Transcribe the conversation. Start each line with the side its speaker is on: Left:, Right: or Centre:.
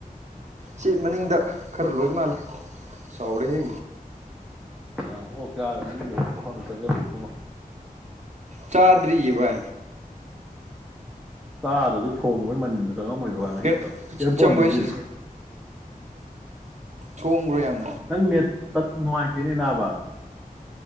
Right: ꯁꯤ ꯃꯅꯤꯡꯗ ꯈꯔ ꯂꯣꯏ ꯃꯥꯜꯂꯦ ꯇꯧꯔꯦ ꯍ
Centre: ꯑꯥ ꯑꯣ ꯀꯦꯔꯦ ꯃꯤꯒꯤ ꯃꯣꯟꯗ ꯆꯪꯖꯕ ꯏ ꯄꯨꯡꯉꯣ
Right: ꯆꯥꯗ꯭ꯔꯤꯌꯦꯚ
Centre: ꯆꯥꯗꯁꯨ ꯊꯣꯡꯉꯕꯣꯏ ꯃꯅꯤꯟꯗꯨꯁꯨ ꯆꯪꯉꯝꯃꯣꯏꯗ꯭ꯔꯕꯥ ꯃꯍꯤꯛꯇꯣ
Right: ꯀꯩꯅꯣ
Centre: ꯏꯔꯄꯣꯟ
Right: ꯏꯆꯝꯕ
Centre: ꯗꯤꯖꯤꯖ
Right: ꯍꯣꯏ ꯊꯣꯡꯈ꯭ꯔꯦ ꯌꯥꯝ
Centre: ꯅꯪꯅꯦꯞꯅꯣ ꯏꯅꯤ ꯅꯥꯕ